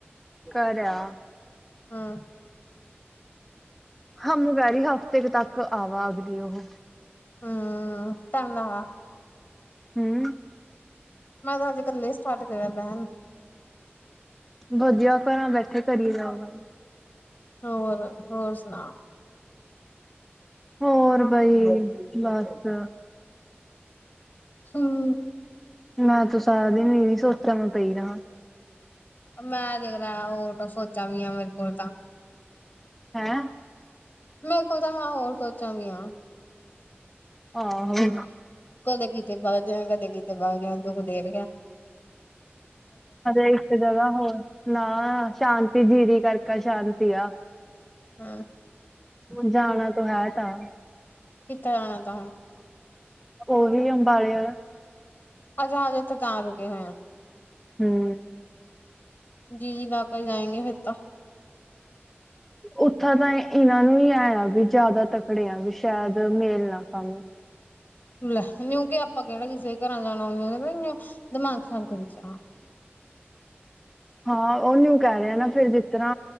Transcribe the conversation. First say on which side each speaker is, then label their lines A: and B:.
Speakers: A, in the centre; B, on the left (about 55°).
A: ਕਰਿਆ
B: ਹਾਂ।
A: ਹਮੂੰ ਕੈਰੀ ਹਫ਼ਤੇ ਤੱਕ ਆਵਾ ਅਗਲੀ ਉਹ
B: ਹਮ ਟਦਾ ਵਾ
A: ਹਮ।
B: ਮੈਂ ਤਾਂ ਅਜੇ ਇਕੱਲੇ ਸਟਾਰਟ ਕਰਿਆ ਬੈਣ
A: ਵਧੀਆ ਘਾਂ ਬੈਠੇ ਕਰੀ ਜਾਓ ਗ
B: ਹੋਰ ਹੋਰ ਸੁਣਾ
A: ਹੋਰ ਬਈ ਬਸ
B: ਹਮ
A: ਮੈਂ ਤੂੰ ਸਾਰਾ ਦਿਨ ਵੀ ਸੋਤਵ ਪਈ ਰਾਂ
B: ਮੈਂ ਤੇਗਰ ਹੋਰ ਤਾਂ ਸੋਚਾਂ ਵੀ ਆ ਮੇਰੇ ਕੋਲ ਤਾਂ
A: ਹੈਂ
B: ਮੇਰੇ ਕੋਲ ਤਾਂ ਮੈਂ ਹੋਰ ਸੋਚਾਂ ਵੀ ਹਾਂ।
A: ਆਹੋ
B: ਕਦੇ ਕੀਤੇ ਬਾਗ ਜਾਣ ਕਦੇ ਕੀਤੇ ਬਾਗ ਜਣ ਦੁੱਖ ਦੇਵ ਗਿਆ
A: ਇੱਕ ਜਗ੍ਹਾ ਹੋਰ ਨਾ ਸ਼ਾਂਤੀ ਜੀਰੀ ਕਰਕਾ ਸ਼ਾਂਤੀ ਆ
B: ਹੂੰ
A: ਜਾਣਾ ਤੋਂ ਹੈ ਤਾਂ
B: ਕਿੱਥੇ ਜਾਣਾ ਤੈ ਹੁਣ
A: ਉਹੀ ਅੰਬਾਲੇ
B: ਆ ਜਾਥੇ ਤਾਂ ਰੁਕੇ ਹੋਏ ਆ।
A: ਹੂੰ
B: ਜੀ ਜੀ ਲਾ ਕੇ ਜਾਏ ਗੇ ਫਿਰ ਤਾਂ
A: ਉੱਥਾਂ ਤਾਂ ਇਹਨਾਂ ਨੂੰ ਹੀ ਐ ਆ ਵੀ ਜ਼ਿਆਦਾ ਤਕੜੇ ਆ ਵੀ ਸ਼ਾਇਦ ਮੇਲ ਨਾ ਆਪਾਂ।
B: ਲੈ ਕਿ ਆਪਾਂ ਕਿਹੜਾ ਕਿਸੇ ਘਰਾਂ ਜਾਣਾ ਉਹਨੂੰ ਦਿਮਾਗ ਖਰਾਬ ਕਰੀ ਜਾਣਾ। <inaudible>
A: ਹਾਂ ਉਹਨੂੰ ਕਹਿ ਰਿਹਾ ਨਾ ਫੇਰ ਜਿਸ ਤਰਾ